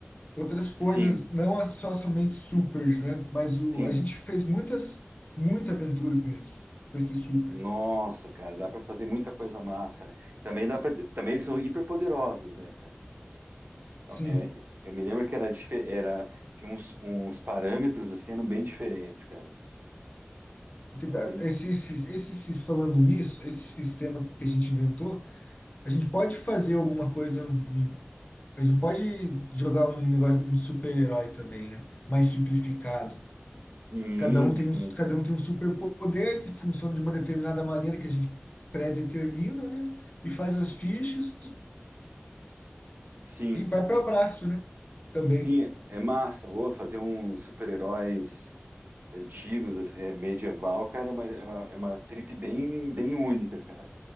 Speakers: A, on the left (about 35°); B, on the right (about 55°).
A: outras coisas,
B: sim,
A: não a- só somente supers, né? Mas o,
B: sim.
A: a gente fez muitas, muita aventura com isso, com esses supers.
B: Nossa, cara, dá pra fazer muita coisa massa, né? Também dá para, também eles são hiperpoderosos, né, cara?
A: Sim.
B: É, é, eu me lembro que era, dife- era tinha uns, uns parâmetros assim, eram bem diferentes, cara.
A: O que
B: Era
A: dá,
B: bem.
A: esse, esse, esse, sis- falando nisso, esse sistema que a gente inventou, a gente pode fazer alguma coisa hum, A gente não pode jogar um negócio um de super-herói também, né? Mais simplificado.
B: Hum,
A: Cada um tem
B: sim,
A: um, cada um tem um superpoder que funciona de uma determinada maneira que a gente pré-determina, né? E faz as fichas
B: sim,
A: e vai para abraço, né? Também.
B: sim, é massa. Ô, fazer uns super-heróis antigos, assim, é medieval, cara, é uma, é uma, é uma trip bem, bem única, cara.